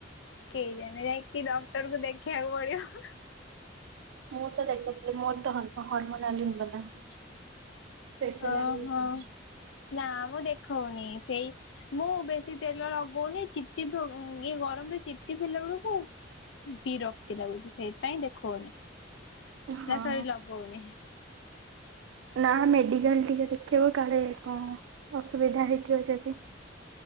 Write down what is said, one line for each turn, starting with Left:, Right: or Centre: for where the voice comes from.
Left: କେହି ଜାଣେ ଯାଇକି ଡକ୍ଟର କୁ ଦେଖିବାକୁ ପଡିବ
Right: ମୁଁ ତ ଦେଖୁଥିଲି ମୋର ତ ହରମୋନାଲି ବାଲା ଅଛି ସେଥିଲାଗି
Left: ଓହୋ
Right: ଉପୁଡୁଛି
Left: ନା ମୁଁ ଦେଖ ହଉନି ସେଇ ମୁଁ ବେଶୀ ତେଲ ଲଗଉନି ଚିପ୍ ଚିପ୍ ଇଏ ଗରମ ରେ ଚିପଚିପିଲା ବେଳକୁ ବିରକ୍ତି ଲାଗୁଛି ସେଇଥିପାଇଁ ଦେଖଉନି
Right: ହଁ।
Left: ନା ସାର ଲଗହୁନି
Right: ନା ମେଡିକାଲ ଟିକେ ଦେଖେଇବ କାଳେ କଣ ଅସୁବିଧା ହେଇଥିବ ଯଦି